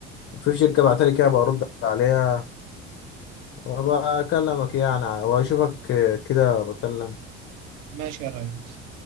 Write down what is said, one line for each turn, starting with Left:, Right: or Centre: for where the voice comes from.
Left: في شركه بعتت لي كده برد عليها وبكلمك يعني واشوفك كده بكلم
Right: ماشي يا ريس